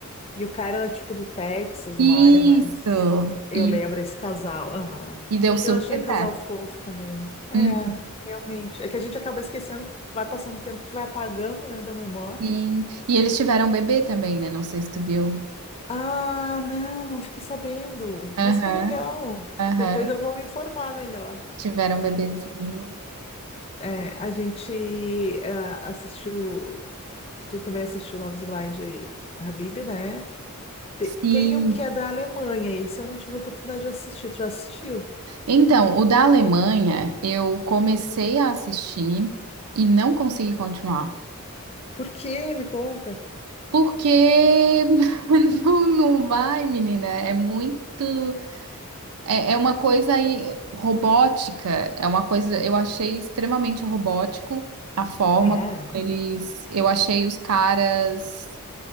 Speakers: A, on the left; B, on the right.
A: E o cara era tipo do Texas,
B: Isso!
A: uma área mais. Eu
B: E,
A: lembro esse casal. Aham.
B: e deu super
A: Eu achei um casal
B: certo.
A: fofo também. É,
B: Hum,
A: realmente. É que a gente acaba esquecendo, vai passando o tempo, tu vai apagando, né, da memória.
B: Sim. E eles tiveram um bebê também, né? Não sei se tu viu.
A: Ah, não, não fiquei sabendo.
B: Aham,
A: Mas que legal.
B: aham.
A: Depois eu vou me informar melhor.
B: Tiveram um bebezinho.
A: É, a gente ah, assistiu. Tu também assistiu Love is Blind Habib, né? Te-
B: Sim.
A: Tem um que é da Alemanha, esse eu não tive a oportunidade de assistir. Tu já assistiu?
B: Então, o da Alemanha, eu comecei a assistir e não consegui continuar.
A: Por quê? Me conta.
B: Porque <laughs> não, não vai, menina. É muito. É, é uma coisa aí robótica. É uma coisa. Eu achei extremamente robótico a forma
A: É.
B: como eles. Eu achei os caras.